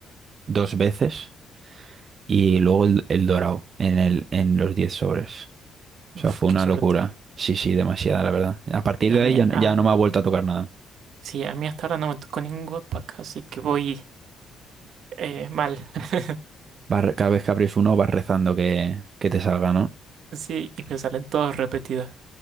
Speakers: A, on the right; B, on the right.
A: dos veces y luego el, el Dorado en, el, en los 10 sobres. O sea,
B: uf,
A: fue
B: qué
A: una
B: suerte.
A: locura. Sí, sí, demasiada, la verdad. A partir de
B: A
A: ahí
B: mí,
A: ya
B: a,
A: ya no me ha vuelto a tocar nada.
B: sí, a mí hasta ahora no me tocó ningún God Pack, así que voy eh, mal. <laughs>
A: Vas re- cada vez que abrís uno vas rezando que, que te salga, ¿no?
B: Sí, y me salen todos repetidos,